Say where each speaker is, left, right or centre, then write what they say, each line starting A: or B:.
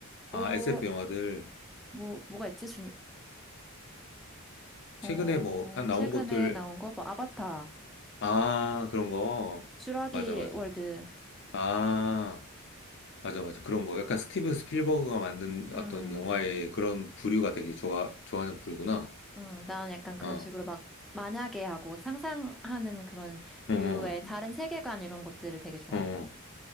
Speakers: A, on the left; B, in the centre.
A: 아,
B: 오,
A: SF 영화들.
B: 뭐, 뭐가 있지? 중, 어,
A: 최근에 뭐, 한 나온
B: 최근에
A: 것들,
B: 나온 거, 뭐, 아바타.
A: 아, 그런 거.
B: 쥬라기
A: 맞아, 맞아.
B: 월드.
A: 아, 맞아, 맞아. 그런 거. 약간 스티븐 스필버그가 만든
B: 음,
A: 어떤 영화의 그런 부류가 되게 좋아, 좋아하는 부류구나.
B: 음, 나는 약간 그런
A: 어,
B: 식으로 막 만약에 하고 상상하는 그런
A: 어,
B: 류의
A: 어.
B: 다른 세계관 이런 것들을 되게 좋아해.
A: 어.